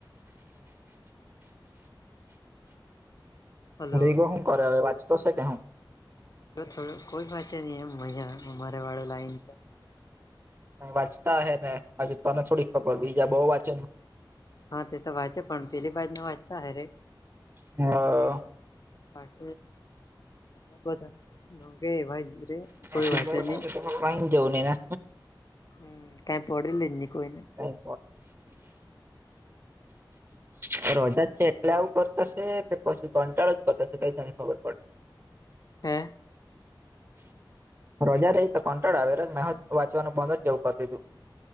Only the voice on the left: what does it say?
હલો
થોડું કોઈ વાંચે નહ એમ મજા અમારે વાળું લાઈન
હા તે તો વાપણ પેલી બાજ ના વાંચતા હે રે
પાછ મારા બધા ન કે એવાય જ રે કોઈ
વાચ નહી.
હમ કાઈ પડે લ જ નને કોઈને
હે